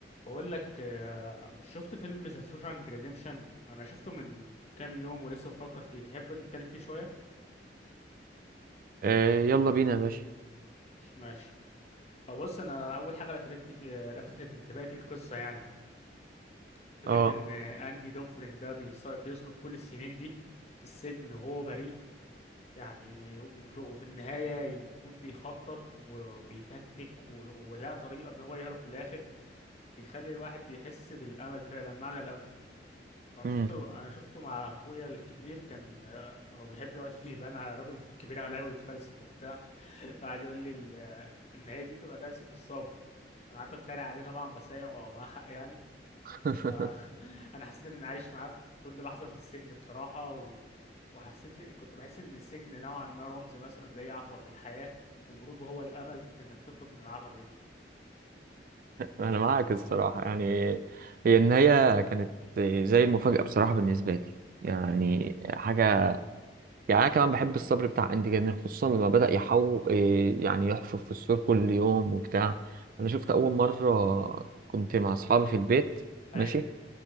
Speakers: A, on the left; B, on the right.
A: بقول لك آه، شفت فيلم ذا شوشانك ريديمشن انا شفته من كام يوم ولسه بفكر فيه تحب نتكلم فيه شويه
B: آه، يلا بينا يا باشا
A: ماشي بص انا اول حاجه لفتتني في آه، لفتت انتباهي في القصه يعني فكره
B: اه
A: ان اندي دوفرين ده بيص- بيصبر كل السنين دي في السجن وهو بريء يعني وفي, وفي النهايه يكون بيخطط و- وبيتكتك و- ولقى طريقه ان هو يهرب في الاخر بيخلي الواحد بيحس بالامل فعلا معنى الامل انا
B: مم.
A: شفته انا شفته مع اخويا الكبير كان آه، هو بيحب يقعد فيه بقى انا راجل كبير عليا ويتفلسف وبتاع فقعد يقول لي ال- آه، ان هي دي بتبقى درس في الصبر انا قعدت اتريق عليه طبعا بس هي هو معاه حق يعني
B: <laughs>
A: آه، <laughs> انا حسيت اني عايش معاه في كل لحظه من السجن بصراحه و... وحسيت كنت بحس ان السجن نوعا ما رمز مثلا لاي عقبه في الحياه وهروبه هو الامل في انك تخرج من العقبه دي
B: انا معاك الصراحه يعني هي النهايه كانت زي المفاجاه بصراحه بالنسبه لي يعني
A: امم
B: حاجه يعني انا كمان بحب الصبر بتاع اندي جدا خصوصا لما بدا يحو إيه، يعني يحفر في السور كل يوم وبتاع
A: امم
B: انا شفت اول مره كنت مع اصحابي في البيت
A: اي
B: ماشي